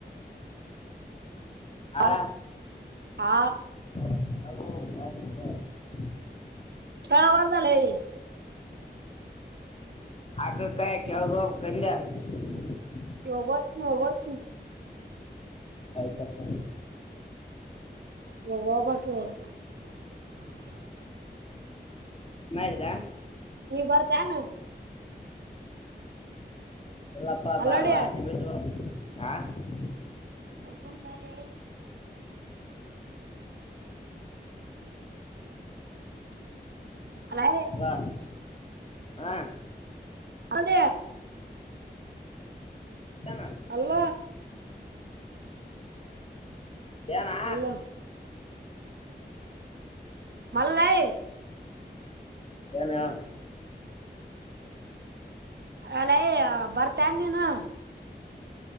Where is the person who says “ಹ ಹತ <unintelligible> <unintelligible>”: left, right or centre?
Left